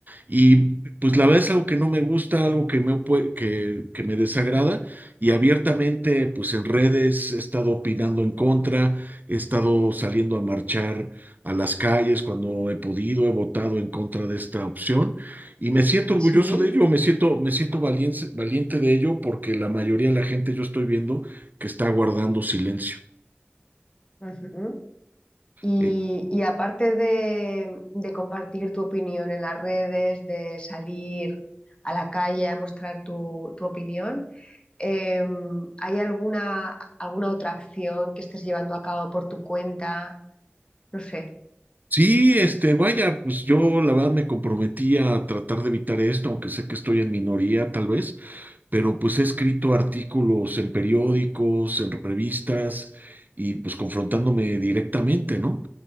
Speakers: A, on the right (about 45°); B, on the left (about 25°).
A: Y pues la verdad es algo que no me gusta, algo que me, opue- que, que me desagrada y abiertamente pues en redes he estado opinando en contra, he estado saliendo a marchar a las calles cuando he podido, he votado en contra de esta opción y me siento
B: sí.
A: orgulloso de ello, me siento, me siento valiente, valiente de ello porque la mayoría de la gente yo estoy viendo que está guardando silencio.
B: Ujú. Y,
A: Eh,
B: y aparte de, de compartir tu opinión en las redes, de salir a la calle a mostrar tu, tu opinión, eh, ¿hay alguna, alguna otra acción que estés llevando a cabo por tu cuenta? No sé,
A: Sí, este, vaya, pues yo la verdad me comprometí a tratar de evitar esto, aunque sé que estoy en minoría tal vez, pero pues he escrito artículos en periódicos, en revistas y pues confrontándome directamente, ¿no?